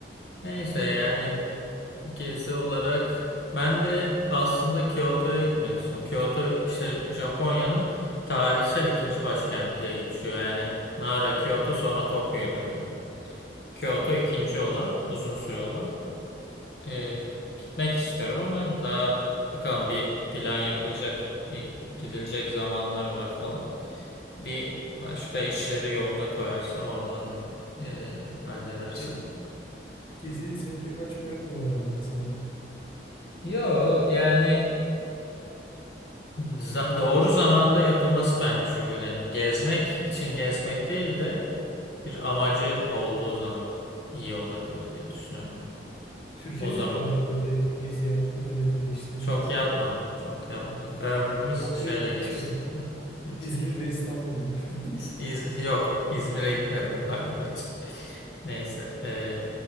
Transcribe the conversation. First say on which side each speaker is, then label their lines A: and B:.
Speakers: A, on the left; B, on the left.
A: Neyse yani gezi olarak ben de aslında Kyoto'ya gitmek istiyorum. Kyoto işte Japonya'nın tarihsel ikinci başkent diye geçiyor. Yani Nara, Kyoto sonra Tokyo'ya dönüyor. Kyoto ikinci olan, uzun süre olan. Ee, gitmek istiyorum ama daha bakalım bir plan yapılacak, e, gidilecek zamanları var falan. Bir başka işleri yoluna koyarsam oradan da e, halledersem.
B: Pek Gezi seni pek açmayan konulardan sanırım.
A: Yo yani za- doğru zamanda yapılması bence çok önemli. Gezmek için gezmek değil de bir amacı olduğu zaman iyi olabilir diye düşünüyorum ben.
B: Türkiye'de
A: O zaman.
B: ne kadar böyle gezi yaptın? Nereleri geçtin,
A: Çok
B: gezdin?
A: yapmadım. Çok yapmadım. Ömrümüz
B: Çok
A: şöyle
B: da
A: geçti.
B: hiç mi?
A: <laughs>
B: <laughs>
A: Ha, Hiç,
B: İzmir ve İstanbul mu? <laughs>
A: İz- İz- yok İzmir'e gitmedim bu arada hiç. <laughs> Neyse. eee,